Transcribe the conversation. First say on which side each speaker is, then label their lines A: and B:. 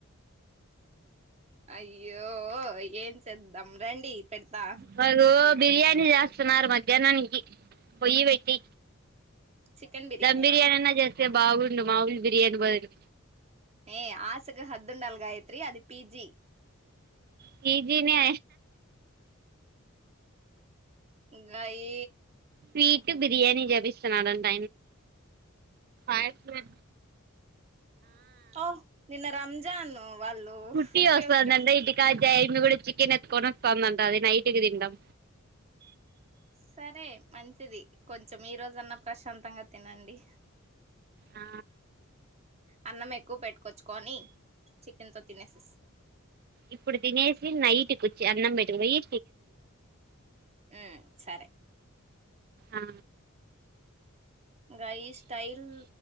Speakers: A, on the right (about 30°); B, on the right (about 45°).
A: అయ్యో ఏం చేద్దాం రండి పెడతా
B: వారు బిర్యానీ చేస్తున్నారు మధ్యాహ్నానికి పొయ్యి పెట్టి
A: చికెన్ బిర్యానీనా
B: ధమ్ బిర్యానీ అనా చేస్తే బాగుండు మాములు బిర్యానీ బదులు
A: మే ఆసకు హద్దు హద్దు ఉండాలి గాయిత్రీ అది పిజి
B: పీజీ నే
A: గాయి
B: స్వీట్ బిర్యానీ చూపిస్తున్నాడట ఆ యన్నా
A: ఓ నిన్న రంజాన్ వాళ్ళు
B: కుట్టి
A: ఓకే
B: వస్తంది
A: ఓకే
B: అంట ఇంటికాడ ఇమి కూడా చికెన్ ఎతుకొని వస్తుందంట అది నైట్కి తింటాం
A: సరే మంచిది కొంచెం ఈ రోజన్నా ప్రశాంతంగా తినండి
B: ఆ
A: అన్నం ఎక్కువ పెట్టుకొచ్చుకని చికెన్ తో తినేసే
B: ఇప్పుడు తినేసి నైట్కి వచ్చి అన్నం పెట్టకాపోయి
A: ఉ సరే
B: ఆ
A: గయి స్టైల్